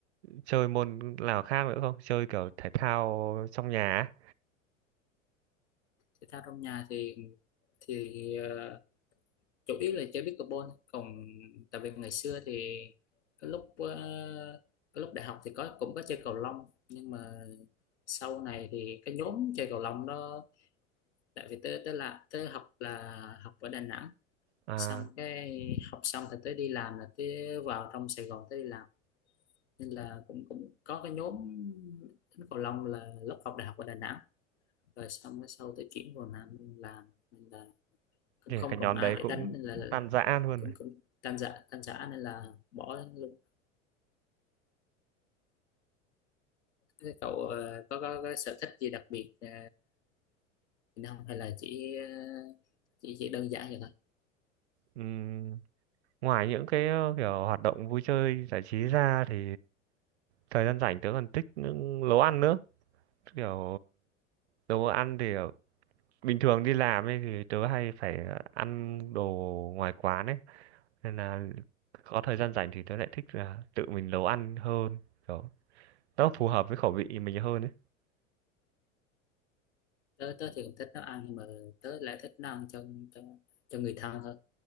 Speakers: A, on the right (about 55°); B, on the left (about 60°).
A: chơi môn nào khác nữa không? Chơi kiểu thể thao trong nhà á?
B: thể thao trong nhà thì thì ờ, chủ yếu là chơi pickleball còn tại vì ngày xưa thì cái lúc ờ, cái lúc đại học thì có cũng có chơi cầu lông nhưng mà sau này thì cái nhóm chơi cầu lông đó tại vì tới tới là tới học là học ở Đà Nẵng
A: à
B: xong cái học xong thì tới đi làm là tới vào trong Sài Gòn tới đi làm nên là cũng cũng có cái nhóm đánh cầu lông là lúc học đại học ở Đà Nẵng rồi xong cái sau tới chuyển vào Nam làm nên là cũng
A: kể
B: không
A: cả
B: còn
A: nhóm
B: ai
A: đấy
B: để
A: cũng
B: đánh nên là
A: tan rã luôn.
B: cũng cũng tan rã tan rã nên là bỏ luôn thế cậu ờ, có, có có sở thích gì đặc biệt ờ, không hay là chỉ ờ, chỉ chỉ đơn giản vậy thôi
A: Ừm, ngoài những cái ờ, kiểu hoạt động vui chơi giải trí ra thì thời gian rảnh tớ còn thích những nấu ăn nữa. Kiểu đồ ăn thì ở- bình thường đi làm ấy thì tớ hay phải ờ, ăn đồ ngoài quán ấy nên là có thời gian rảnh thì tớ lại thích là tự mình nấu ăn hơn. Kiểu nó phù hợp với khẩu vị mình hơn ấy
B: tớ tớ thì cũng thích nấu ăn nhưng mà tớ lại thích nấu ăn cho cho cho người thân hơn